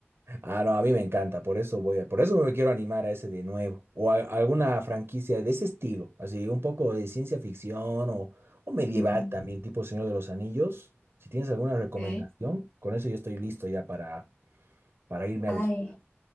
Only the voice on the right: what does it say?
Ah, no, a mí me encanta, por eso voy a, por eso me quiero animar a ese de nuevo, o a- alguna franquicia de ese estilo, así un poco de ciencia ficción o, o medieval
también, tipo Señor de los Anillos. Si tienes alguna recomendación,
con eso yo estoy listo ya para, para irme
a buscar.